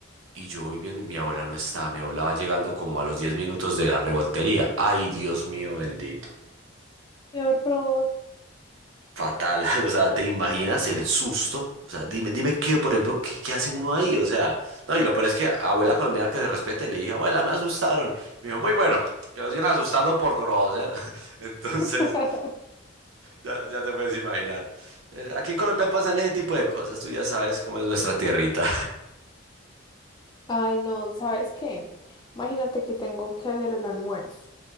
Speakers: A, on the right; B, on the left.
A: Y yo voy viendo, y mi abuela no está, mi abuela va llegando como a los 10 minutos de la revoltería. Ay, Dios mío bendito.
B: Qué horror.
A: Fatal, <laughs> o sea, ¿te imaginas el susto? O sea, dime, dime qué, por ejemplo, qué, qué hace uno ahí, o sea, no, y lo peor es que abuela colombiana que se respete, le dije, abuela, me asustaron. Y me dijo, muy bueno, que nos iban asustando por grosero. <laughs> Entonces,
B: <laughs>
A: ya, ya te puedes imaginar. Eh, aquí en Colombia pasan ese tipo de cosas, tú ya sabes cómo es nuestra tierrita.
B: Ay, no, ¿sabes qué? Imagínate que tengo que hacer el almuerzo.